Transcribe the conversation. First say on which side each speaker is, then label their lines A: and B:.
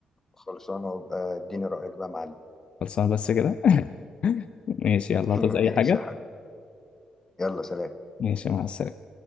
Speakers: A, on the left (about 20°); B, on the left (about 50°).
A: خلصانة وابقى اديني رأيك بقى يا معلم
B: خلصانه بس كده <laughs> ماشي يلا
A: <laughs>
B: هتعوز
A: ماشي
B: اي حاجه
A: يا حبيبي يلا سلام
B: ماشي مع السلامه